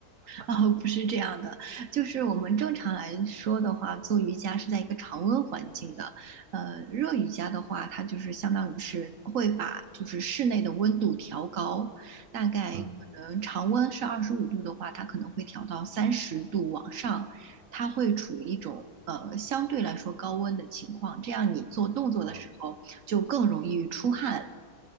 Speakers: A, on the right; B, on the right.
A: <laughs>
B: <laughs>
A: 哦，不是这样的，就是我们正常来说的话，做瑜伽是在一个常温环境的。呃，热瑜伽的话，它就是相当于是会把就是室内的温度调高，大概可能常温是二十五度的话，
B: 嗯
A: 它可能会调到三十度往上，它会处于一种呃相对来说高温的情况，这样你做动作的时候就更容易出汗。
B: 啊，